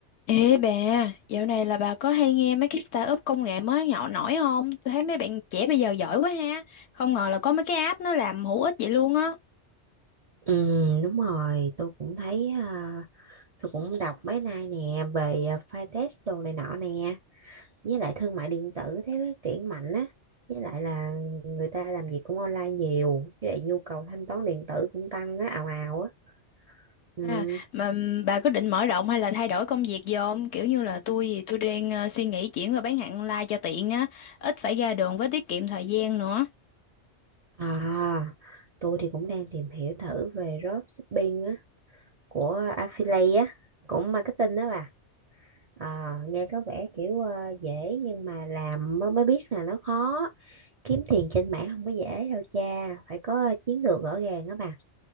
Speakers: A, on the left; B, on the right.
A: Ê bà, dạo này là bà có hay nghe mấy cái startup công nghệ mới nhạo nổi không? Tôi thấy mấy bạn trẻ bây giờ giỏi quá ha. Không ngờ là có mấy cái app nó làm hữu ích vậy luôn á.
B: Ừ, đúng rồi, tôi cũng thấy à, tôi cũng đọc mấy nay nè về à, file test đồ này nọ nè, với lại thương mại điện tử thấy phát triển mạnh á, với lại là người ta làm gì cũng online nhiều, với lại nhu cầu thanh toán điện tử cũng tăng á ào ào á. Ừ.
A: À, mà ừm, bà có định mở rộng hay là thay đổi công việc gì không? Kiểu như là tôi thì tôi đang ờ, suy nghĩ chuyển qua bán hàng online cho tiện á, ít phải ra đường với tiết kiệm thời gian nữa.
B: À, tôi thì cũng đang tìm hiểu thử về dropshipping á của affiliate á, cũng marketing đó bà. À, nghe có vẻ kiểu à, dễ nhưng mà làm mới mới biết là nó khó. kiếm tiền trên mạng không có dễ đâu cha phải có chiến lược rõ ràng đó bà